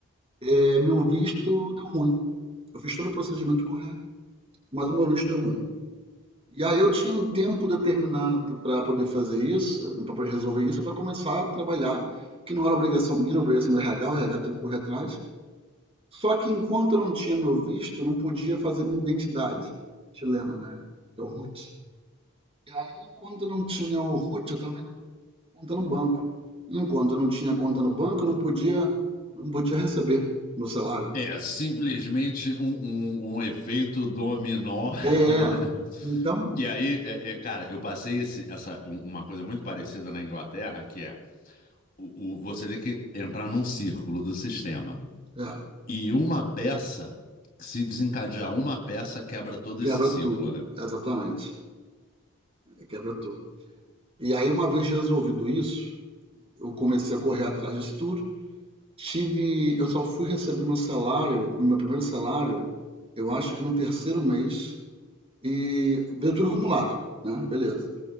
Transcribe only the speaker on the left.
É simplesmente um, um, um efeito dominó.
<laughs>
E aí, é- é, cara, eu passei esse- essa, um- uma coisa muito parecida na Inglaterra, que é o, o- você tem que entrar num círculo do sistema.
E uma peça, se desencadear uma peça, quebra todo
esse ciclo,
né?